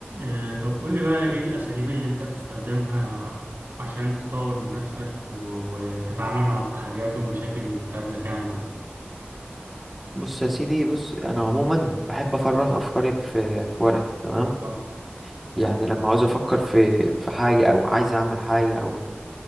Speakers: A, on the right; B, in the centre.
A: آه، طب قول لي بقى ايه الاساليب اللي انت بتستخدمها عشان تطور من نفسك و- وتتعامل مع التحديات والمشاكل اللي بتقابلك يعني وكده
B: بص يا سيدي بص انا عموما بحب افرغ افكاري في في ورقه تمام
A: اه
B: يعني لما عاوز افكر في في حاجه او عايز اعمل حاجه او